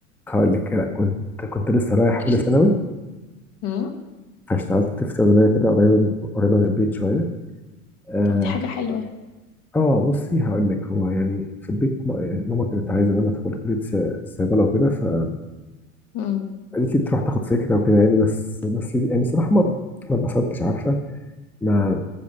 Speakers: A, in the centre; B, on the left.
A: هقول لك لا كنت كنت لسه رايح أولى ثانوي
B: امم
A: فاشتغلت في صيدلية كده قريبة قريبة من البيت شوية آه,
B: طب دي حاجة حلوة
A: آه بصي هقول لك هو يعني في البيت ما- ماما كانت عايزة إن أنا أدخل كلية ص- صيدلة وكده فقالت
B: امم
A: لي تروح تاخد فكرة وكده يعني بس بس يعني صراحة ما ما اتبسطتش عارفة ما